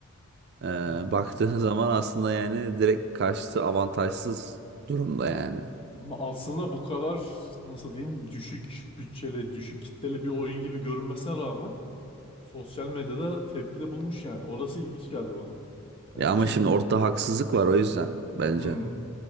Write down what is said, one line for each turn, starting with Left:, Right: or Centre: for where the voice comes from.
Right: e, <laughs>
Left: Ya
Right: baktığın zaman aslında yani direkt karşısı avantajsız durumda yani.
Left: ama aslında bu kadar nasıl diyeyim düşük bütçeli, düşük kitleli bir oyun gibi görünmesine rağmen sosyal medyada tepkide bulmuş yani. Orası ilginç geldi bana. Yani
Right: Ya ama
Left: kim?
Right: şimdi ortada haksızlık var o yüzden bence.
Left: Hmm.